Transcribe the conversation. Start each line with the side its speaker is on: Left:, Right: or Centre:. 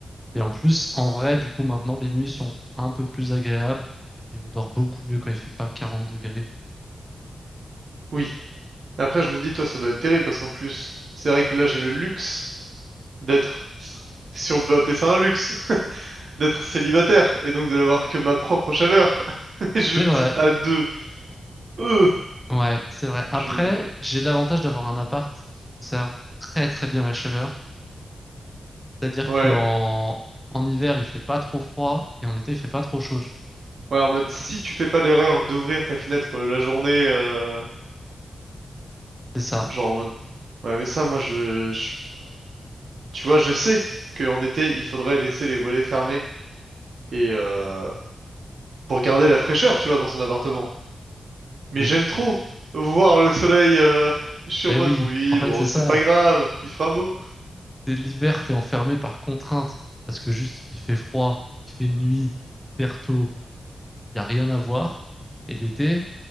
Centre: et en plus, en vrai, du coup, maintenant, les nuits sont un peu plus agréables et on dort beaucoup mieux quand il fait pas 40 degrés.
Right: Oui. Après, je me dis, toi, ça doit être terrible parce qu'en plus, c'est vrai que là, j'ai le luxe d'être si on peut appeler ça un luxe, d'être célibataire et donc de n'avoir que ma propre chaleur. <laughs> Et je
Centre: C'est
Right: me
Centre: vrai.
Right: dis à deux, euh,
Centre: Ouais, c'est vrai. Après,
Right: je me,
Centre: j'ai l'avantage d'avoir un appart qui conserve très très bien la chaleur. C'est-à-dire
Right: ouais,
Centre: qu'en en hiver, il fait pas trop froid et en été, il fait pas trop chaud. tu vois.
Right: ouais, en mode si tu fais pas l'erreur d'ouvrir ta fenêtre euh, la journée, euh,
Centre: C'est ça.
Right: genre en mode, ouais, mais ça, moi, je, je- tu vois, je sais qu'en été, il faudrait laisser les volets fermés et euh, pour garder la fraîcheur, tu vois, dans son appartement. Mais
Centre: Oui.
Right: j'aime trop voir le soleil. euh, <laughs> Je suis
Centre: Ben
Right: en mode,
Centre: oui,
Right: oui,
Centre: en fait,
Right: bon,
Centre: c'est
Right: c'est
Centre: ça.
Right: pas grave, il fera beau.
Centre: C'est l'hiver, t'es enfermé par contrainte parce que juste il fait froid, il fait nuit, hyper tôt, il y a rien à voir. Et l'été,